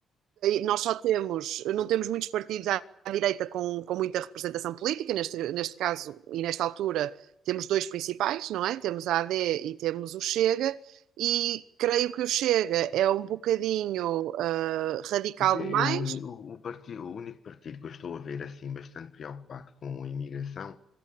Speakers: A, on the right; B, on the left.
A: nós só temos, não temos muitos partidos à direita com, com muita representação política, neste, neste caso e nesta altura temos dois principais, não é? Temos a AD e temos o Chega, e creio que o Chega é um bocadinho uh, radical
B: Porque eu,
A: demais.
B: o, uni- o, partido, o único partido que eu estou a ver assim bastante preocupado com a imigração